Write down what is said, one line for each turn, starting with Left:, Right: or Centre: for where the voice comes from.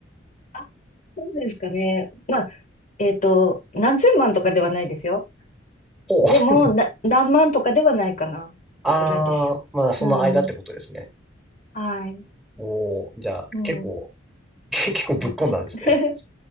Left: あ、そうですかね。まあ、えっと、何千万とかではないですよ。
Centre: ほう。
Left: でも、な、何万とかではないかなってぐらいです。
Centre: ああ、まあその間ってことですね。
Left: うん。はい。
Centre: おー、じゃあ、
Left: うん。
Centre: 結構、<laughs> 結構ぶっ込んだんですね。
Left: そうです。<laughs>